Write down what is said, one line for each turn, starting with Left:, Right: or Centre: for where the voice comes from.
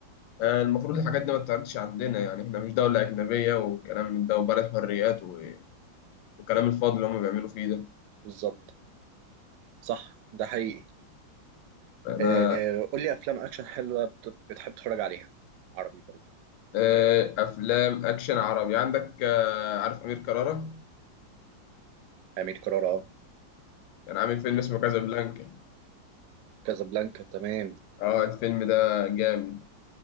Left: آه، المفروض الحاجات دي ما تتعرضش عندنا يعني احنا مش دوله اجنبيه وكلام من ده وبلد حريات و- وكلام الفاضي اللي هم بيعملوا فيه ده
Right: بالظبط صح ده حقيقي
Left: انا
Right: آه قول لي افلام اكشن حلوه بت- بتحب تتفرج عليها عربي برضه
Left: آه، افلام اكشن عربي عندك آه، عارف امير كرارة
Right: امير كرارة اه
Left: كان عامل فيلم اسمه كازابلانكا
Right: كازابلانكا تمام
Left: اه الفيلم ده جامد